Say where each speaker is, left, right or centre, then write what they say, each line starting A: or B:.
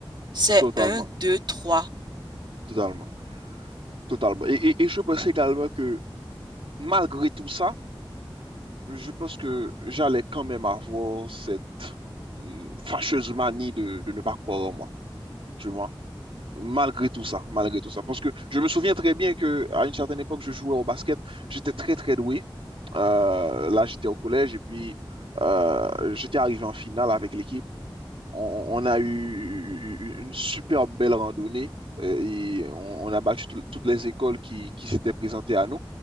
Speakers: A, on the right (about 55°); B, on the right (about 80°).
A: C'est
B: Totalement.
A: un, deux, trois.
B: Totalement, totalement. Et, et- et je pense également que malgré tout ça, je pense que j'allais quand même avoir cette hum, fâcheuse manie de, de ne pas croire en moi, tu vois. Malgré tout ça, malgré tout ça. Parce que je me souviens très bien que à une certaine époque, je jouais au basket, j'étais très très doué. Euh, là, j'étais au collège et puis euh, j'étais arrivé en finale avec l'équipe. On, on a eu une super belle randonnée euh, et on, on a battu tout- toutes les écoles qui, qui s'étaient présentées à nous.